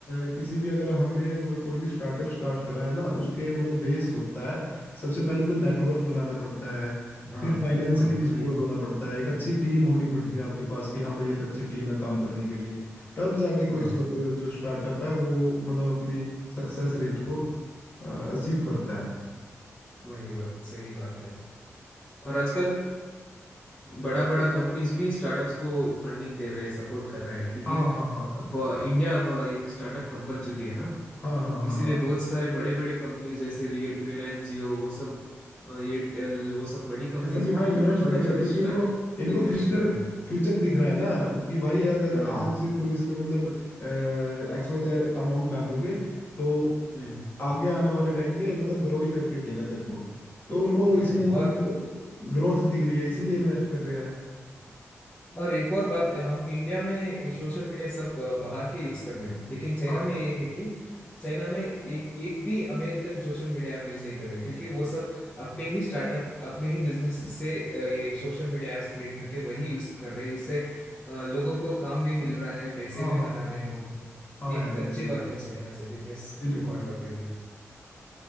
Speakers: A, on the left; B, on the left.
A: अ, किसी भी अगर हमें मतलब कोई भी स्टार्टअप स्टार्ट कर रहे हैं ना उसके मतलब बेस होता है सबसे पहले तो नेटवर्क बनाना पड़ता है
B: हाँ
A: फिर फाइनेंशियली
B: हाँ
A: भी
B: वही
A: सपोर्ट
B: बात
A: होना पड़ता है एक अच्छी टीम होनी
B: हम्म
A: पड़ती है आपके पास कि हाँ भाई एक अच्छी टीम है काम करने के लिए तब जाके
B: हाँ
A: कोई स- अ, जो स्टार्टअप है वो मतलब अपनी सक्सेस रेट को अचीव करता है
B: वही बात सही बात है और आजकल बड़ा बड़ा कंपनीज भी स्टार्टअप्स को फंडिंग दे रहे हैं सपोर्ट कर रहे हैं क्योंकि
A: हाँ हाँ हाँ
B: अब इंडिया अब एक स्टार्टअप हब बन चुकी है ना
A: हाँ हाँ हाँ
B: इसीलिए
A: हाँ
B: बहुत सारे बड़े बड़े कंपनीज जैसे रियल रिलायंस जियो वो सब अ, एयरटेल वो सब बड़ी कंपनीज
A: ये सभी हाँ
B: भी
A: इन्वेस्ट
B: छोटे
A: कर
B: छोटे
A: रहे हैं क्योंकि
B: स्टार्ट
A: इनको इनको
B: इन्वेस्ट
A: फ्यूचर
B: कर रहे हैं
A: फ्यूचर दिख रहा है ना कि भाई अगर
B: हाँ
A: आज तुम इसमें मतलब एक्स वाई जेड अमाउंट डालोगे तो
B: हम्म
A: आगे आने वाले टाइम में मतलब ग्रो ही करके देगा तेरे को तो उनको इसमें
B: हम्म
A: मतलब
B: और
A: ग्रोथ दिख रही है इसलिए इन्वेस्ट कर रहे हैं
B: और एक और बात हम इंडिया में ये सोशल मीडिया सब अ, बाहर के यूज कर रहे हैं लेकिन चाइना
A: हाँ
B: में ये है कि चाइना में एक एक भी American social media app use नहीं कर रहे हैं, क्योंकि वो सब अपने ही स्टार्टअप अपने ही बिजनेस से अ, ये सोशल मीडिया ऐप्स क्रिएट करके वही यूज कर रहे हैं उससे अ, लोगों को काम भी मिल रहा है पैसे
A: हाँ
B: भी
A: हाँ
B: बना
A: हाँ
B: रहे हैं लोग
A: हाँ
B: एक
A: यार बिल्कुल
B: अच्छी
A: बिल्कुल
B: बात है चाइना से बिजनेस
A: बिल्कुल।
B: के पॉइंट ऑफ व्यू में